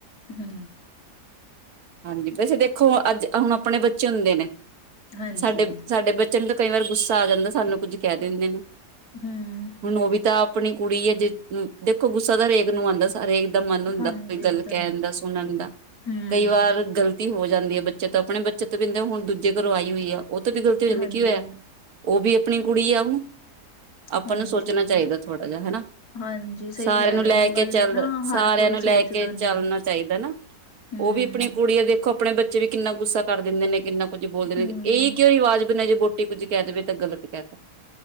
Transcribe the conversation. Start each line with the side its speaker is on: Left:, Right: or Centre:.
Left: ਹੂੰ
Right: ਹਾਂਜੀ, ਵੈਸੇ ਦੇਖੋ ਅੱਜ ਹੁਣ ਆਪਣੇ ਬੱਚੇ ਹੁੰਦੇ ਨੇ,
Left: ਹਾਂਜੀ,
Right: ਸਾਡੇ ਸਾਡੇ ਬੱਚੇ ਨੂੰ ਤਾਂ ਕਈ ਵਾਰ ਗੁੱਸਾ ਆ ਜਾਂਦਾ, ਸਾਨੂੰ ਕੁੱਝ ਕਹਿ ਦਿੰਦੇ ਨੇ।
Left: ਹੂੰ,
Right: ਹੁਣ ਉਹ ਵੀ ਤਾਂ ਆਪਣੀ ਕੁੜੀ ਹੈ, ਜੇ ਦੇਖੋ ਗੁੱਸਾ ਦਾ ਹਰੇਕ ਨੂੰ ਆਉਂਦਾ। ਹਰੇਕ ਦਾ ਮਨ ਹੁੰਦਾ
Left: ਹਾਂਜੀ
Right: ਕੋਈ ਗੱਲ
Left: ਇਹ ਤਾਂ
Right: ਕਹਿਣ
Left: ਹੈ।
Right: ਦਾ ਸੁਣਨ ਦਾ
Left: ਹੂੰ,
Right: ਕਈ ਵਾਰ ਗਲਤੀ। ਗਲਤੀ ਹੋ ਜਾਂਦੀ ਆ, ਬੱਚੇ ਤੋਂ ਆਪਣੇ ਬੱਚੇ ਤੋਂ ਵੀ ਹੋ ਜਾਂਦੀ ਹੁਣ ਦੂਜੇ ਘਰੋਂ ਆਈ ਹੋਈ ਆ, ਉਹ ਤੋਂ ਵੀ ਗਲਤੀ ਹੋ ਜਾਂਦੀ
Left: ਹਾਂਜੀ,
Right: ਕੀ ਹੋਇਆ? ਉਹ ਵੀ ਆਪਣੀ ਕੁੜੀਆ ਹੁਣ ਆਪਾਂ
Left: ਹਾਂਜੀ।
Right: ਨੂੰ ਸੋਚਣਾ ਚਾਹੀਦਾ ਥੋੜਾ ਜਿ ਹਨਾ।
Left: ਹਾਂਜੀ ਸਹੀ
Right: ਸਾਰਿਆਂ
Left: ਕਹਿ
Right: ਨੂੰ
Left: ਰਹੇ
Right: ਲੈ
Left: ਹੋ ਇਹ ਗੱਲ
Right: ਕੇ ਚੱਲ
Left: ਨਾ
Right: ਸਾਰਿਆਂ
Left: ਹਰ ਕੋਈ
Right: ਨੂੰ ਲੈ
Left: ਸੋਚਦਾ
Right: ਕੇ
Left: ਨਹੀਂ।
Right: ਚੱਲਣਾ ਚਾਹੀਦਾ ਨਾ।
Left: ਹੂੰ,
Right: ਉਹ ਵੀ ਆਪਣੀ ਕੁੜੀ ਆ, ਦੇਖੋ ਆਪਣੇ ਬੱਚੇ ਵੀ ਕਿੰਨਾ ਗੁੱਸਾ ਕਰ ਦਿੰਦੇ ਨੇ, ਕਿੰਨਾ ਕੁੱਝ ਬੋਲ ਦਿੰਦੇ
Left: ਹੂੰ,
Right: ਨੇ ਇਹੀ। ਕਿਉਂ ਆਵਾਜ਼ ਬਣਿਆ ਜੇ ਵੋਹਟੀ ਕੁੱਝ ਕਹਿ ਦੇਵੇ, ਤਾਂ ਗਲਤ ਕਹਿ